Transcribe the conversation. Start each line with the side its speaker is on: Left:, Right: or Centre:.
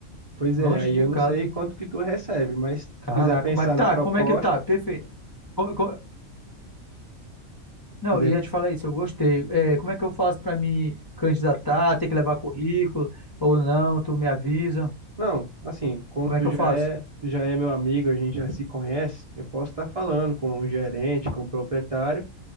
Right: Pois
Left: Longe
Right: é, aí
Left: de
Right: eu
Left: casa.
Right: não sei quanto que tu recebe, mas se
Left: Caraca,
Right: quiser pensar
Left: mas tá,
Right: na proposta,
Left: como é que tá? Perfeito. Como- como- Não,
Right: quiser,
Left: ia te falar isso, eu gostei. É, como é que eu faço pra me candidatar? Tem que levar currículo ou não? Tu me avisa.
Right: Não, assim, como
Left: Como
Right: tu
Left: é que
Right: já
Left: eu faço?
Right: é, tu já é meu amigo, a gente já se conhece, eu posso estar falando com o gerente, com o proprietário